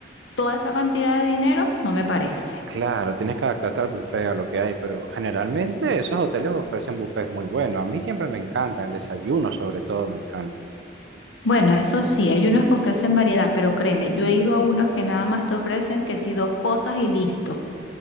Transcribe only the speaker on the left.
toda esa cantidad de dinero, no me parece.
Bueno, eso sí, hay unos que ofrecen variedad, pero créeme, yo he ido a unos que nada más te ofrecen que sí dos cosas y listo.